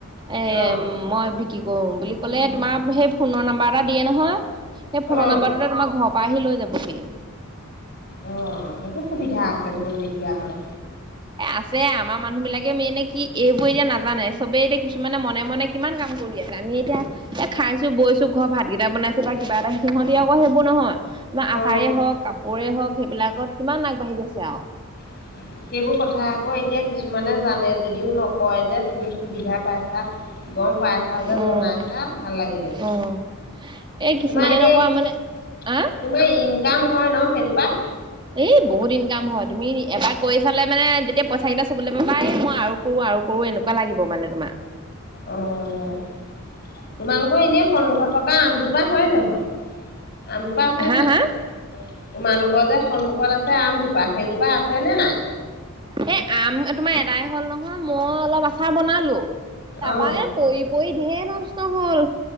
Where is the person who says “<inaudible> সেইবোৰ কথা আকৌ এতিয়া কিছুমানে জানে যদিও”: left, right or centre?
Left